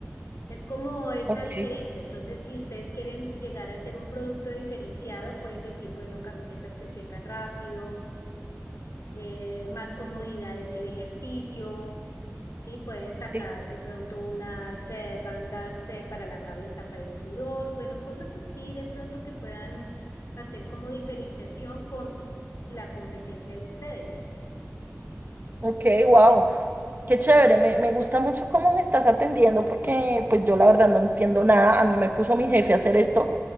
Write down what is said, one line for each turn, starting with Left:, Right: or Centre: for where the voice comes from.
Left: Es como esa
Right: Ok,
Left: diferencia. Entonces, si ustedes quieren llegar a ser un producto diferenciado, pueden decir, bueno, camisetas que secan rápido, eh, más comodidad en el ejercicio, ¿sí? Pueden sacar
Right: sí.
Left: de pronto unas eh, bandas eh, para la cabeza, para el sudor, bueno, cosas así de pronto que puedan hacer como diferenciación con la competencia de ustedes.
Right: Ok, wow.
Left: ¿no?
Right: Qué chévere, me, me gusta mucho cómo me estás atendiendo porque pues yo la verdad no entiendo nada, a mí me puso mi jefe a hacer esto